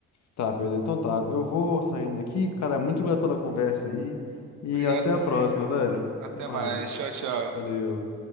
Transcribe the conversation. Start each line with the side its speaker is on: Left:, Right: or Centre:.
Left: Tá, Pedro, então tá. Eu vou saindo aqui. Cara, muito obrigado pela conversa aí. E
Right: Obrigado
Left: até
Right: também,
Left: a próxima,
Right: viu?
Left: velho.
Right: Até
Left: Até mais.
Right: mais. Tchau, tchau.
Left: Valeu.